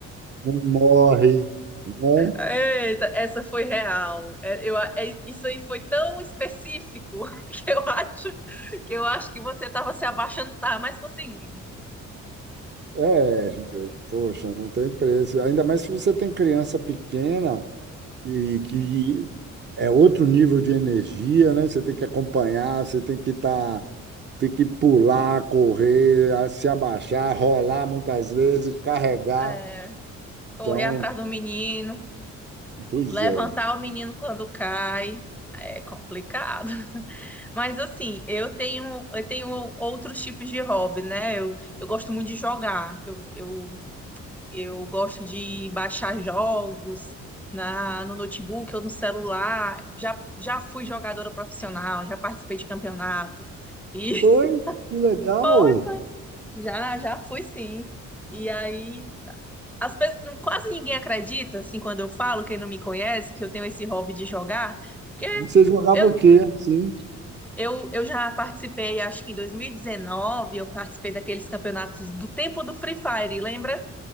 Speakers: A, on the right; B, in the centre.
A: não morre, né?
B: Eita, essa foi real. É, eu, a- é- isso aí foi tão específico <laughs> que eu acho que eu acho que você estava se abaixando, não estava mais conseguindo.
A: É, poxa, não tem preço. Ainda mais se você tem criança pequena, e
B: Sim.
A: que é outro nível de energia, né? Você tem que acompanhar, você tem que estar, tem que pular, correr, a- se abaixar, rolar muitas vezes, carregar.
B: É, correr
A: Então,
B: atrás do menino,
A: pois
B: levantar
A: é.
B: o menino quando cai. É complicado. <laughs> Mas assim, eu tenho eu tenho outros tipos de hobby, né? Eu, eu gosto muito de jogar. Eu, eu Eu gosto de baixar jogos na, no notebook ou no celular. Já, já fui jogadora profissional, já participei de campeonato. E
A: Foi que legal.
B: <laughs> foi, foi. Já, já fui sim. E aí, as pessoas, quase ninguém acredita, assim, quando eu falo, quem não me conhece, que eu tenho esse hobby de jogar, porque
A: Você jogava
B: eu,
A: o quê, assim?
B: eu, eu já participei, acho que em 2019, eu participei daqueles campeonatos do tempo do Free Fire, lembra?